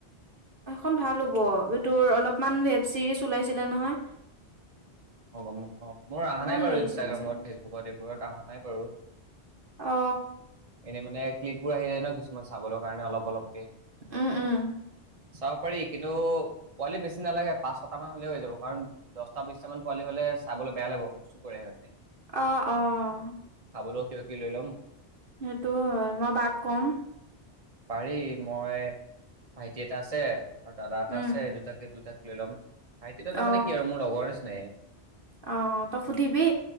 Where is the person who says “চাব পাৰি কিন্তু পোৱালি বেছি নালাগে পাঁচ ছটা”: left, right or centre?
Right